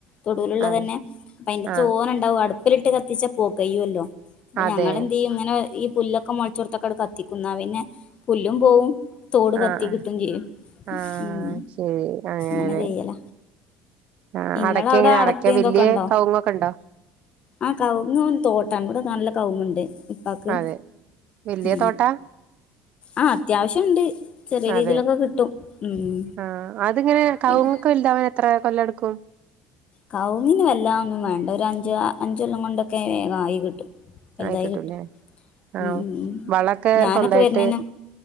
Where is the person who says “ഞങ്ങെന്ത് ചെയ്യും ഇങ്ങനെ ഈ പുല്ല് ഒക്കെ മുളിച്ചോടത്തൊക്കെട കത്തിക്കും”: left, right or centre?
Left